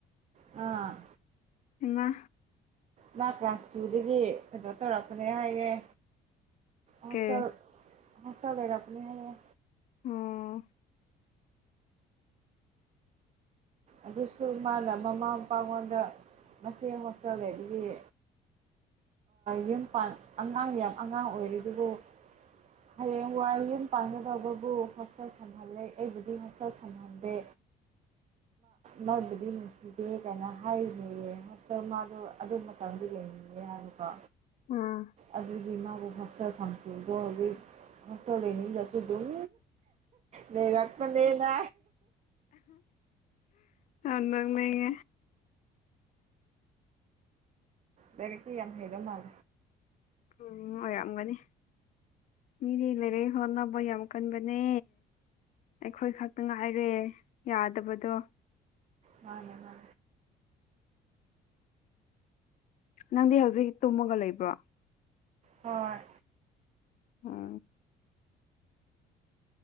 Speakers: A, on the right (about 40°); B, on the left (about 50°).
A: ꯑꯥ
B: ꯏꯉꯥ
A: ꯃꯥ ꯀ꯭ꯂꯥꯁ ꯇꯨꯗꯒꯤ ꯀꯩꯅꯣ ꯇꯧꯔꯛꯄꯅꯦ ꯍꯥꯏꯌꯦꯦ ꯑ
B: ꯀꯦ
A: ꯁꯔ ꯍꯁꯒꯔ ꯄꯨꯅꯤ ꯍꯥꯏ
B: ꯑꯣ
A: ꯑꯗꯨꯁꯨ ꯃꯥꯅ ꯃꯃꯥ ꯃꯄꯥꯉꯣꯟꯗ ꯃꯆꯦ ꯃꯆꯟ ꯂꯩꯕꯒꯤ ꯌꯨꯝ ꯄꯥꯟ ꯑꯉꯥꯡ ꯌꯥꯝ ꯑꯉꯥꯡ ꯑꯣꯏꯔꯤ ꯑꯗꯨꯕꯨ ꯍꯌꯦꯡ ꯋꯥꯔꯤ ꯌꯨꯝ ꯄꯥꯟꯒꯗꯕꯕꯨ ꯍꯣꯁꯦꯜ ꯊꯝ ꯝꯍꯂꯦ ꯑꯩꯕꯨꯗꯤ ꯃꯁꯛ ꯐꯝꯍꯟꯗꯦ ꯃꯥꯕꯨꯗꯤ ꯅꯨꯡꯁꯤꯗꯦ ꯀꯥꯏꯅ ꯍꯥꯏꯅꯦꯌꯦ ꯑꯔ ꯃꯥꯗꯣ ꯑꯗꯨ ꯃꯇꯝꯗ ꯌꯦꯡꯅꯤꯡꯉꯦ ꯍꯥꯏꯅꯀꯣ
B: ꯎꯝ
A: ꯑꯗꯨꯗꯤ ꯃꯥꯕꯨ ꯐꯁꯆ ꯐꯪꯈꯤ ꯑꯗꯣ ꯍꯧꯖꯤꯛ ꯍꯁ ꯂꯩꯅꯤ ꯅꯁꯨ ꯑꯗꯨꯝ ꯂꯩꯔꯥꯛ ꯄ ꯂꯩꯅ
B: ꯑꯗ ꯂꯩꯉꯦ
A: ꯕꯔ ꯀ ꯌꯥꯝ ꯍꯗ ꯃꯥ
B: ꯎꯝ ꯑꯣꯏꯔꯝꯝꯒꯅꯤ ꯃꯤꯗꯤ ꯂꯩꯔꯦ ꯍꯣꯠꯅꯕ ꯌꯥꯝ ꯀꯟꯕꯅꯦ ꯑꯩꯈꯣꯏ ꯈꯛꯇ ꯉꯥꯏꯔꯦ ꯌꯥꯗꯕꯗꯣ
A: ꯃꯥꯅꯦ ꯃꯥ
B: ꯅꯪꯗꯤ ꯍꯧꯖꯤꯛ ꯇꯨꯝꯃꯒ ꯂꯩꯕ꯭ꯔꯣ
A: ꯍꯣꯏ
B: ꯑꯣ